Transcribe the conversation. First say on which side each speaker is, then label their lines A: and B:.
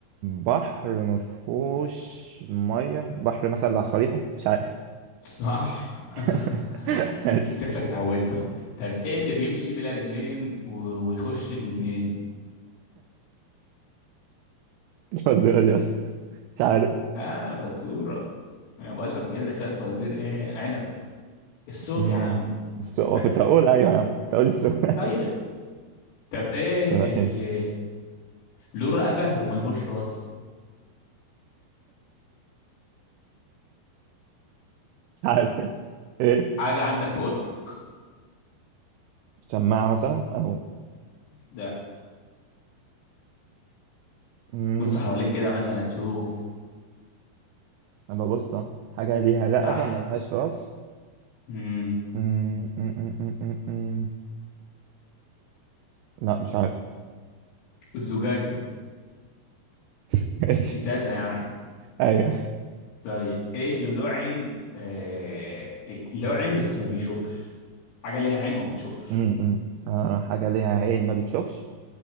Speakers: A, on the right (about 80°); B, on the left (about 80°).
A: بحر ما فيهوش مية بحر مثلا على خريطة مش عارف
B: صح <laughs>
A: <laughs> ماشي
B: شكلك اتعودت أهو. طب ايه اللي بيمشي بلا رجلين و... ويخش الودنين
A: الفزوره دي يا اسطى مش عارف
B: اه فزوره انا بقول لك جايب لك شويه فوازير ايه عنب الصوت
A: امم
B: يا عم
A: السؤال
B: ركز
A: كنت هقول ايوه يا عم كنت هقول السؤال
B: طيب طب ايه
A: <laughs> سبقتني
B: اللي له رقبة وملهوش راس
A: مش عارف ايه
B: حاجة عندك في اوضتك
A: شماعه مثلا اهو
B: لا
A: امم
B: بص حواليك كده مثلا شوف
A: اما ببص أهو. حاجه ليها رقبه
B: تحت
A: ملهاش راس
B: امم
A: امم أمم، أمم، أمم، أمم. لا مش عارف
B: الزجاجة
A: <laughs> ماشي
B: الإزازة يعني
A: ايوه
B: طيب ايه اللي له عين آه... إيه؟ له عين بس ما بيشوفش حاجة ليها عين وما بتشوفش
A: أمم، أمم. آه حاجه ليها عين ما بتشوفش